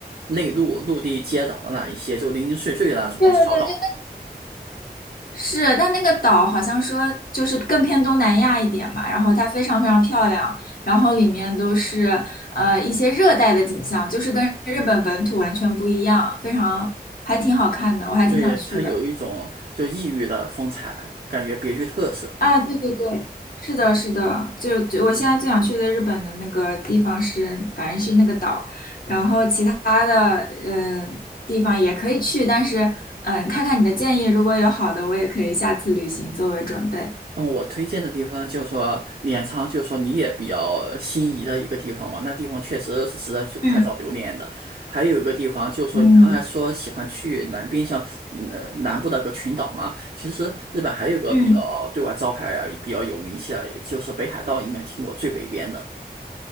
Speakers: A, on the right; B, on the left.
A: 内陆陆地接壤的那一些，就零零碎碎的那种小岛。
B: 对对对，就。是，但那个岛好像说就是更偏东南亚一点嘛，然后它非常非常漂亮，然后里面都是呃一些热带的景象，就是跟日本本土完全不一样，非常还挺好看的，我还挺想去的。
A: 对，它有一种就异域的风采，感觉别具特色。
B: 啊，对对对，是的，是的，就就我现在最想去的日本的那个地方是，反正是那个岛，然后其他的嗯、呃地方也可以去，但是嗯、呃看看你的建议，如果有好的，我也可以下次旅行作为准备。
A: 嗯，我推荐的地方就是说镰仓，就是说你也比较心仪的一个地方嘛。那地方确实是值得去拍照留念的。
B: 嗯
A: 还有一个地方就是说，
B: 嗯。
A: 你刚才说喜欢去南边，像嗯呃南部那个群岛嘛。其实日本还有一个比较对外招牌啊比较有名气的，
B: 嗯，
A: 就是北海道，应该听过最北边的。